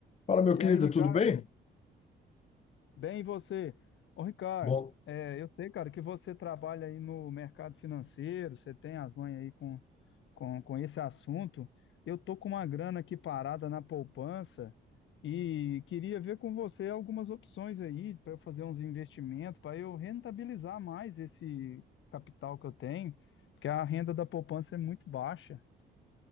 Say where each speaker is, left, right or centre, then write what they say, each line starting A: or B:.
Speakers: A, on the left (about 35°); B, on the left (about 75°).
A: Fala, meu
B: E
A: querido,
B: aí, Ricardo?
A: tudo bem?
B: Bem, e você? Ô, Ricardo,
A: Bom,
B: é, eu sei, cara, que você trabalha aí no mercado financeiro, você tem as mães aí com, com, com esse assunto. Eu tô com uma grana aqui parada na poupança e queria ver com você algumas opções aí para eu fazer uns investimentos, para eu rentabilizar mais esse capital que eu tenho, porque a renda da poupança é muito baixa.